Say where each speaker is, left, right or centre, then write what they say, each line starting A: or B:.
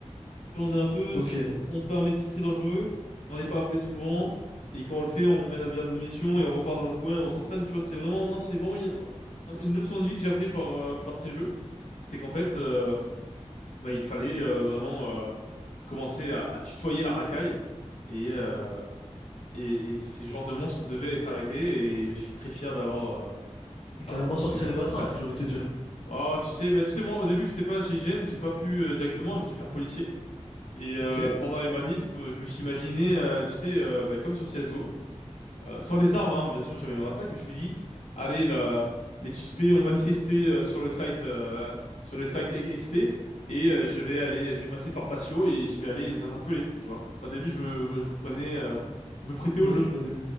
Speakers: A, on the left; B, on the left.
A: Tu vois, on est un peu,
B: Ok. Et
A: on fait un métier très dangereux, on n'est pas appelé souvent et quand on le fait, on mène à bien notre mission et on repart dans notre coin et on s'entraîne. Tu vois, c'est vraiment, non, c'est vraiment une, un- une leçon de vie que j'ai appris par, euh, par ces jeux. C'est qu'en fait, euh, bah, il fallait euh, vraiment euh, commencer à, à tutoyer la racaille. Et, euh, et, et ces genres de monstres devaient être arrêtés et je suis très fier d'avoir euh,
B: carrément
A: d'avoir
B: sortir
A: pu participer
B: les matraques,
A: à ça.
B: j'ai envie de te dire.
A: Oh, tu sais, bah tu sais moi au début j'étais pas GIGN, j'ai pas pu euh, directement, j'ai dû faire policier. Et euh,
B: Ok.
A: pendant les manifs, euh, je me suis imaginé, euh, tu sais, euh, bah, comme sur CS:GO, euh, sans les armes, hein, bien sûr j'avais ma matraque, mais je me suis dit, allez là, les suspects ont manifesté euh, sur le site euh, sur le site ex- XT et euh, je vais aller, je vais passer par patio et je vais aller les interpeller, tu vois. Au début je me je me prenais, euh, je me prêtais au
B: Ouais,
A: jeu.
B: tu prends les...